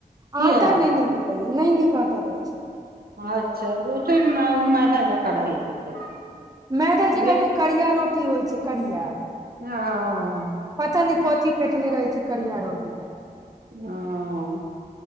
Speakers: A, on the right; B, on the right.
A: किया
B: आटा नइ नीक नहि नीक आटा दै छैय
A: अच्छा गुथेमे मैदा जका रहैत हेतै
B: मैदा जे
A: रेड
B: कने करिया रोटी होइ छैय करिया
A: ओ
B: पता नहि कथी फेटने रहय छैय करिया रोटी <inaudible>
A: हाँ